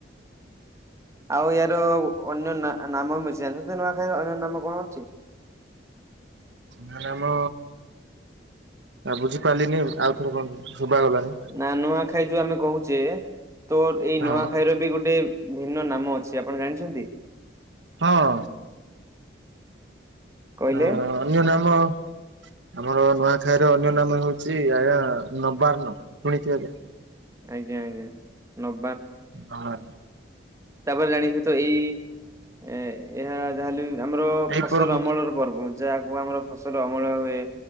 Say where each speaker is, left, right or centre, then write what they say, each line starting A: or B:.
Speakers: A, on the right (about 15°); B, on the right (about 75°).
A: ଆଉ ୟାର ଅନ୍ୟ ନାମ ଜାଣିଛନ୍ତି ନୂଆଖାଇ ଅନ୍ୟ ନାମ କଣ ଅଛି? <inaudible>
B: ନା ମ ଆଉ ବୁଝିପାରିଲିନି ଆଉ ଥରେ କୁହନ୍ତୁ। ଶୁଭା ଗଲାନି
A: ନା ନୂଆଖାଇ ଯୋଉ ଆମେ କହୁଛେ ତ ଏଇ ନୂଆଖାଇ
B: ହଁ
A: ର ବି ଗୋଟେ ଭିନ୍ନ ନାମ ଅଛି ଆପଣ ଜାଣିଛନ୍ତି?
B: ହଁ
A: କହିଲେ
B: ହଁ ଅନ୍ୟ ନାମ। ଆମର ନୂଆଖାଇର ଅନ୍ୟ ନାମ ହଉଛି ଆଜ୍ଞା ନବାର୍ଣ ଶୁଣିଥିବେ।
A: ଆଜ୍ଞା ଆଜ୍ଞା ନ।
B: ହଁ।
A: ତାପରେ ଜାଣିଛୁ ତ ଏଇ ଏ ଏହା ଯାହାଲେ ଆମର
B: ଏଇ
A: ଫସଲ
B: ପର୍ବ
A: ଅମଳର ପର୍ବ ଯାହାକୁ ଆମର ଫସଲ ଅମଳ ହୁଏ।